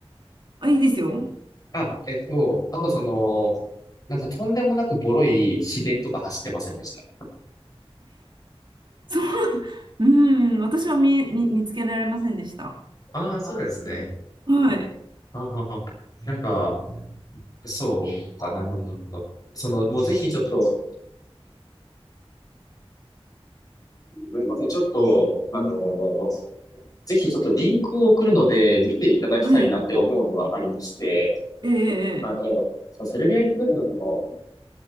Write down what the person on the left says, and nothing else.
あ、えっと、あとその、なんかとんでもなくボロい市電とか走ってませんでした。
ああ、そうですね。
ああ、あなんか、そうかな、なるほど。なるほどその、もうぜひちょっと、すみません、ちょっと、あの、ぜひちょっとリンクを送るので見ていただきたいなって思うのがありまして、
あの、
そのセルビアに行った時のその、